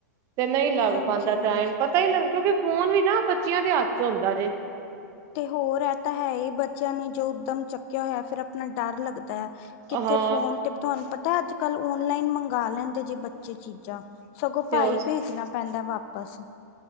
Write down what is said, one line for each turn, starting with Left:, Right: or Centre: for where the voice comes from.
Right: ਤੇ ਨਈ ਲੱਗ
Left: ਹਾਂਜੀ
Right: ਪਾਂਦਾ
Left: ਹਾਂਜੀ
Right: ਟਾਈਮ ਪ ਪੈ ਈ ਲਰ ਕਿਉਂਕਿ ਫੋਨ ਵੀ ਨਾ ਬੱਚਿਆਂ ਦੇ‌‌ ਹੱਥ ਚ ਹੁੰਦਾ ਜੇ
Left: ਤੇ ਹੋਰ ਏ ਤਾਂ ਹੈ ਈ ਬੱਚਿਆਂ ਨੇ ਜੋ ਉੱਦਮ ਚੱਕਿਆ ਹੋਯਾ ਫੇਰ ਆਪਣਾ ਡਰ ਲੱਗਦਾ ਏ। ਕਿੱਥੇ
Right: ਹਾਂ
Left: ਫੋਨ ਤੇ ਤੁਆਨੂੰ ਪਤਾ ਅੱਜ-ਕੱਲ ਓਨਲਾਈਨ ਮੰਗਾ ਲੈਂਦੇ ਜੇ ਬੱਚੇ ਚੀਜ਼ਾਂ। ਸਗੋਂ
Right: ਤੇ
Left: ਪਾਈ
Right: ਉਹ
Left: ਪੇਜਣਾ ਪੈਂਦਾ ਵਾਪਸ।